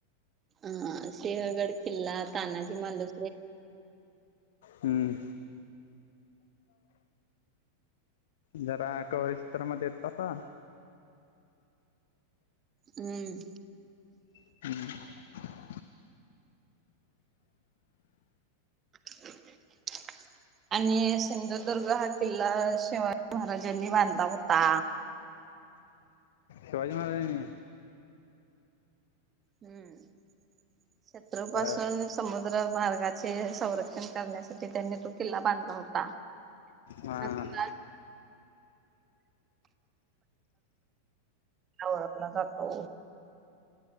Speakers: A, on the right; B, on the left.
A: हा सिंहगड किल्ला तानाजी मालू
B: हम्म जरा कवरेज क्षेत्रा मध्ये येता का.
A: हम्म
B: हम्म
A: <inaudible> आणि सिंधुदुर्ग हा किल्ला शिवाजी महाराजांनी बांधला होता
B: शिवाजी महाराजानी
A: हम्म शत्रूपासून
B: बर
A: समुद्र मार्गाचे संरक्षण करण्यासाठी त्यांनी तो किल्ला बांधला होता हो
B: हां
A: <inaudible> ळखला जख <inaudible>